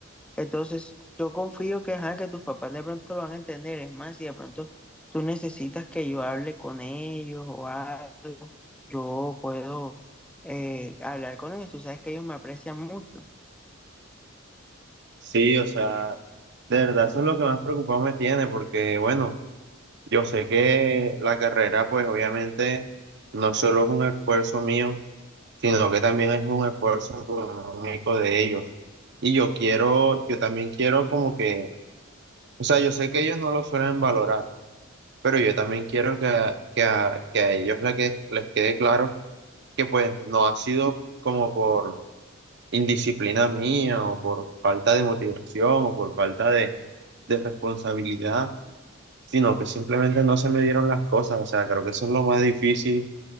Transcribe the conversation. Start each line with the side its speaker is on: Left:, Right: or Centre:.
Centre: Entonces, yo confío que, ajá, que tus papás de pronto lo van a entender. Es más, si de pronto tú necesitas que yo hable con ellos o algo, yo puedo eh, hablar con ellos. Tú sabes que ellos me aprecian mucho.
Right: Sí, o sea, de verdad eso es lo que más preocupado me tiene, porque bueno, yo sé que la carrera pues obviamente no solo es un esfuerzo mío, sino que también es un esfuerzo económico de ellos. Y yo quiero, yo también quiero como que, o sea, yo sé que ellos no lo suelen valorar, pero yo también quiero que, a- que, a, que a ellos le que, les quede claro que pues no ha sido como por indisciplina mía o por falta de motivación o por falta de, de responsabilidad, sino que simplemente no se me dieron las cosas. O sea, creo que eso es lo más difícil